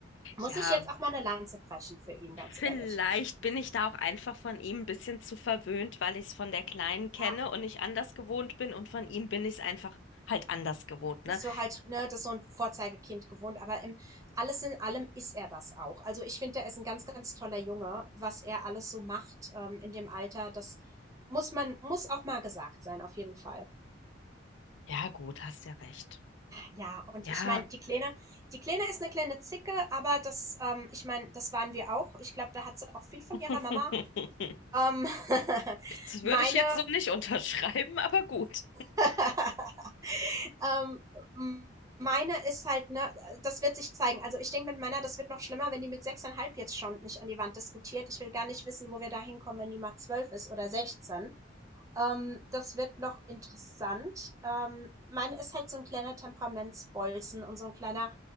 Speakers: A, on the right; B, on the left.
A: muss
B: Ja,
A: ich jetzt auch mal eine Lanze brechen für ihn, ganz
B: vielleicht
A: ehrlich.
B: bin ich da auch einfach von ihm ein bisschen zu verwöhnt, weil ich es von der Kleinen kenne
A: Ja,
B: und nicht anders gewohnt bin und von ihm bin ich es einfach halt anders gewohnt,
A: bist
B: ne?
A: du halt, ne, das ist so ein Vorzeigekind gewohnt, aber im alles in allem ist er das auch. Also ich finde, er ist ein ganz, ganz toller Junge, was er alles so macht ähm, in dem Alter. Das muss man, muss auch mal gesagt sein, auf jeden Fall.
B: Ja, gut, hast ja recht.
A: Ja, und
B: Ja.
A: ich meine, die Kleine, die Kleine ist eine kleine Zicke, aber das, ähm ich meine, das waren wir auch. Ich glaube, da hat sie auch viel von
B: <laughs>
A: ihrer Mama. Ähm, <laughs>
B: Das
A: meine
B: würde ich jetzt so nicht unterschreiben, aber gut.
A: <laughs> ähm, m meine ist halt, ne das wird sich zeigen. Also, ich denke, mit meiner das wird noch schlimmer, wenn die mit 6,5 jetzt schon mich an die Wand diskutiert. Ich will gar nicht wissen, wo wir da hinkommen, wenn die mal 12 ist oder sechzehn Ähm, das wird noch interessant. Ähm, meine ist halt so ein kleiner Temperamentsbolzen und so ein kleiner